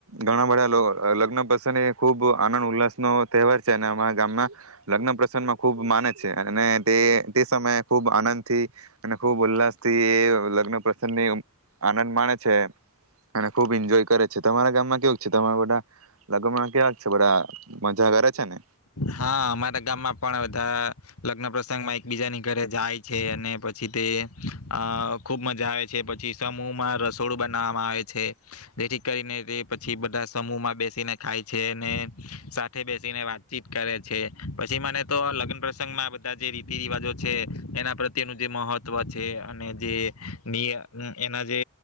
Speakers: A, on the right; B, on the left.
A: ઘણા બધા લ લગ્ન પ્રસન એ ખુબ આનંદ ઉલ્લાસ નો તહેવાર છે, અને અમારા ગામમાં લગ્ન પ્રસંગમાં ખુબ માને છે. અને તે તે સમયે ખૂબ આનંદ થી અને ખૂબ ઉલ્લાસ થી એ લગ્ન પ્રસંગની આનંદ માણે છે, અને ખુબ ઈન્જોય કરે છે. તમારા ગામમાં કેવું છે? તમારા બધા લગ્નમાં કેવાક છે બધા મજા કરે છે ને?
B: હા. અમારા ગામમાં પણ બધા લગ્ન પ્રસંગમાં એકબીજાની ઘરે જાય છે, અને પછી તે અહ ખુબ મજા આવે છે, પછી સમૂહમાં રસોડું બનાવવામાં આવે છે, જેથી કરીને તે પછી બધા સમૂહમાં બેસીને ખાય છે, અને સાથે બેસીને વાત ચીત કરે છે. પછી મને તો લગ્ન પ્રસંગમાં આ બધા જે રીતિ રિવાજો છે, એના પ્રત્યેનું જે મહત્વ છે, અને જે નિય એના જે